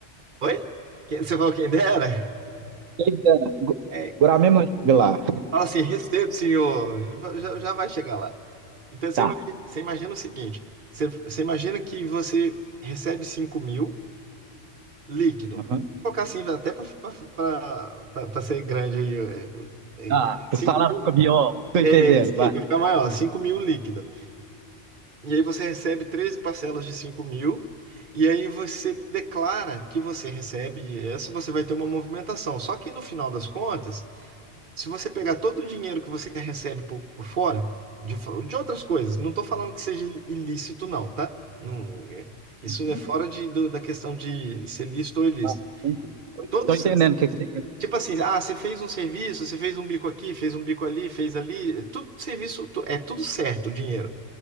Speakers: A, on the right; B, on the right.
A: Oi? Quem- Você falou quem dera?
B: Quem dera. Go-
A: É,
B: Agora mesmo nós chega lá.
A: fala assim, recebo, senhor. Já, já vai chegar lá. Então, você
B: Tá.
A: imagina, você imagina o seguinte: você, você imagina que você recebe cinco mil líquido.
B: Uhum.
A: Vou colocar assim, até para ser grande aí. é,
B: Tá.
A: é, 5
B: O salário
A: mil.
B: fica pior. Tô entendendo,
A: É, sim,
B: vai.
A: para ficar maior, 5 mil líquido. E aí você recebe 13 parcelas de cinco mil, e aí você declara que você recebe essa, você vai ter uma movimentação. Só que no final das contas, Se você pegar todo o dinheiro que você recebe por, por fora, de, fo- de outras coisas, não estou falando que seja ilícito, não, tá? Não, é- isso
B: Uhum.
A: é fora de, do- da questão de ser lícito ou ilícito.
B: Tá. Tô entendendo
A: Todos,
B: Tô entendendo o que que você quer dizer.
A: tipo assim, ah, você fez um serviço, você fez um bico aqui, fez um bico ali, fez ali, é tudo serviço, tu- é tudo certo o dinheiro.